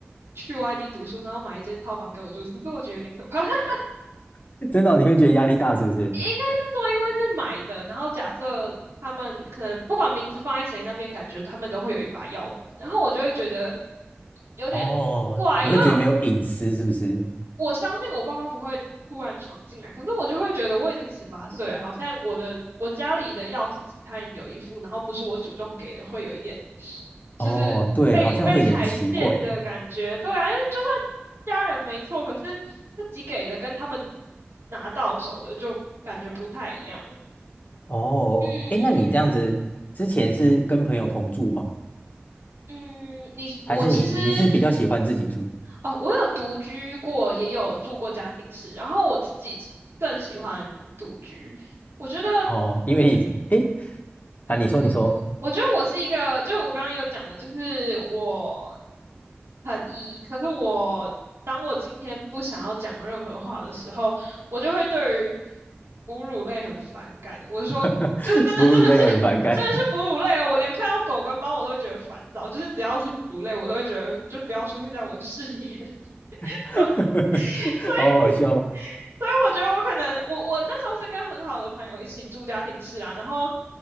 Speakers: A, on the right; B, on the left.
A: 去外地读书，然后买一间套房给我住，其实我觉得有点可怕。<laughs>
B: <laughs> 真的哦你会觉得压力大是不是？
A: 应该是说，因为是买的，然后假设他们可能不管名字放在谁那边，感觉他们都会有一把钥匙，然后我就会觉得有点怪，
B: 哦，你会觉得没有隐私是不是？
A: 因为我我相信我爸妈不会突然闯进来，可是我就会觉得我已经十八岁了好像我的我家里的钥匙其他人有一副，然后不是我主动给的，会有一点就是被被踩线的感觉。
B: 哦，对，好像会有点奇怪。
A: 对啊，因为就算家人没错，可是自己给的跟他们拿到手的就感觉不太一样。
B: 哦，
A: 嗯
B: 哎，那你这样子之前是跟朋友同住吗？
A: 嗯，你我其实
B: 还是你你是比较喜欢自己住？
A: 哦，我有独居过，也有住过家庭式，然后我自己更喜欢独居。我觉得
B: 哦，因为你是哎，诶
A: 嗯，
B: 啊，你说你说，
A: 我我觉得我是一个，就是我刚刚有讲的，就是我很 E，可是我当我今天不想要讲任何话的时候，我就会对于哺乳类很反感的。我是说，
B: <laughs>
A: 就是真的，
B: 哺乳类很反感，
A: 真的是真的是哺乳类哦，我连看到狗跟猫我都会觉得烦躁，就是只要是哺乳类，我都会觉得就不要出现在我的视野里。<laughs>
B: <laughs>
A: 所以，<laughs> 所以
B: 好好笑哦。
A: 所以我觉得我可能我我那时候是跟很好的朋友一起住家庭式啦，然后